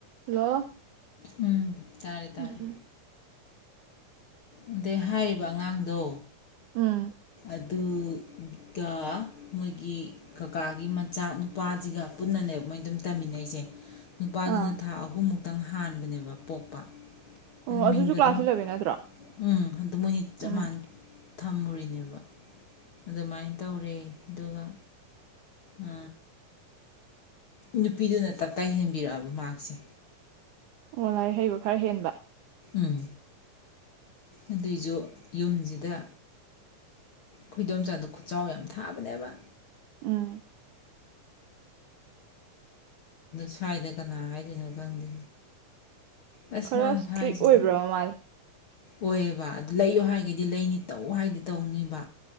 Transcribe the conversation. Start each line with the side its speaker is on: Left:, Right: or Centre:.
Right: hello
Left: ꯎꯝ ꯇꯥꯔꯦ ꯇꯥꯔꯦ
Right: ꯎꯝ
Left: ꯑꯗꯩ ꯍꯥꯏꯔꯤꯕ ꯑꯉꯥꯡꯗꯣ
Right: ꯎꯝ
Left: ꯑꯗꯨꯒ ꯃꯣꯏꯒꯤ ꯀꯀꯥꯒꯤ ꯃꯆꯥ ꯅꯨꯄꯥꯁꯤꯒ ꯄꯨꯟꯅꯅꯦꯕ ꯃꯣꯏ ꯑꯗꯨꯝ ꯇꯝꯃꯤꯟꯅꯩꯁꯦ ꯅꯨꯄꯥꯗꯨꯅ
Right: ꯑꯥ
Left: ꯊꯥ ꯑꯍꯨꯝꯃꯨꯛ ꯈꯤꯇꯪ ꯍꯥꯟꯕꯅꯦꯕ ꯄꯣꯛꯄ
Right: ꯑꯣ
Left: ꯑꯗꯨ
Right: ꯑꯗꯨꯁꯨ
Left: ꯃꯤꯡꯒ
Right: ꯀ꯭ꯂꯥꯁ
Left: ꯑꯗꯨꯝ
Right: ꯏꯂꯚꯦꯟ ꯅꯠꯇ꯭ꯔꯣ
Left: ꯎꯝ ꯑꯗꯨ ꯃꯣꯏꯅꯤ ꯆꯞ
Right: ꯎꯝ
Left: ꯃꯥꯟꯅꯦ ꯊꯝꯃꯨꯔꯤꯅꯦꯕ ꯑꯗꯨꯃꯥꯏꯅ ꯇꯧꯔꯦ ꯑꯗꯨꯒ ꯑ ꯅꯨꯄꯤꯗꯨꯅ ꯇꯞꯇꯥ ꯍꯦꯟꯕꯤꯔꯛꯑꯕ ꯃꯥ꯭ꯔꯛꯁꯦ
Right: ꯑꯣ ꯂꯥꯏꯔꯤꯛ ꯍꯩꯕ ꯈꯔ ꯍꯦꯟ ꯕ
Left: ꯎꯝ ꯑꯗꯨꯏꯁꯨ ꯌꯨꯝꯁꯤꯗ ꯈꯣꯏꯗꯣꯝꯆꯥꯥꯗꯣ ꯈꯨꯠꯆꯥꯎ ꯌꯥꯝ ꯊꯥꯕꯅꯦꯕ
Right: ꯎꯝ
Left: ꯁ꯭ꯋꯥꯏꯗ ꯀꯅꯥ ꯍꯥꯏꯗꯣꯏꯅꯣ ꯈꯪꯗꯦ ꯑꯁ
Right: ꯈꯔ
Left: ꯃꯥꯅ
Right: ꯏꯁꯇ꯭ꯔꯤꯛ
Left: ꯍꯥꯏꯁꯤꯗꯤ
Right: ꯑꯣꯏꯕ꯭ꯔꯣ ꯃꯥꯖꯦ
Left: ꯑꯣꯏꯌꯦꯕ ꯑꯗꯨ ꯂꯩꯌꯨ ꯍꯥꯏꯒꯗꯤ ꯂꯩꯅꯤ ꯇꯧ ꯍꯥꯏꯗꯤ ꯇꯧꯅꯤꯕ